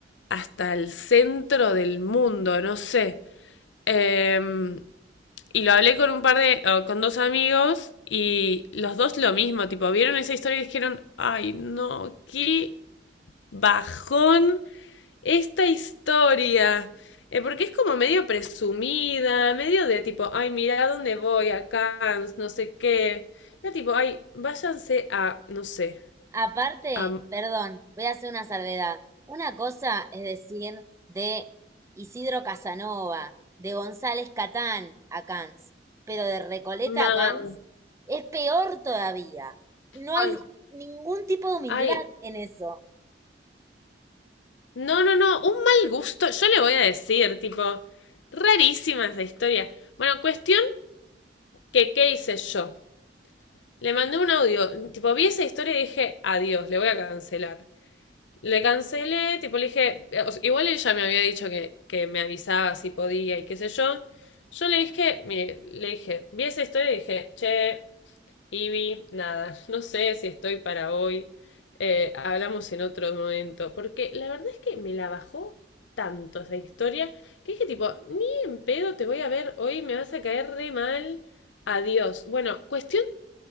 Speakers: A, on the left; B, on the right.
A: hasta el centro del mundo, no sé. Em, y lo hablé con un par de, o con dos amigos y los dos lo mismo, tipo, vieron esa historia y dijeron, ay no, qué bajón esta historia. Eh, porque es como medio presumida, medio de tipo, ay, mira dónde voy, a Cannes, no sé qué. Era tipo, ay, váyanse a, no sé,
B: Aparte,
A: a
B: perdón, voy a hacer una salvedad. Una cosa es decir de Isidro Casanova, de González Catán a Cans, pero de Recoleta
A: Man.
B: a Cans es peor todavía. No
A: Ay,
B: hay ningún tipo de humildad
A: ay.
B: en eso.
A: No, no, no, un mal gusto. Yo le voy a decir, tipo, rarísima esa historia. Bueno, cuestión que, ¿qué hice yo? Le mandé un audio, tipo, vi esa historia y dije, adiós, le voy a cancelar. Le cancelé, tipo, le dije, igual ella me había dicho que, que me avisaba si podía y qué sé yo. Yo le dije, mire, le dije, vi esa historia y dije, che, Ivy, nada, <laughs> no sé si estoy para hoy, eh, hablamos en otro momento, porque la verdad es que me la bajó tanto esa historia que dije tipo, ni en pedo te voy a ver hoy, me vas a caer re mal, adiós. Bueno, cuestión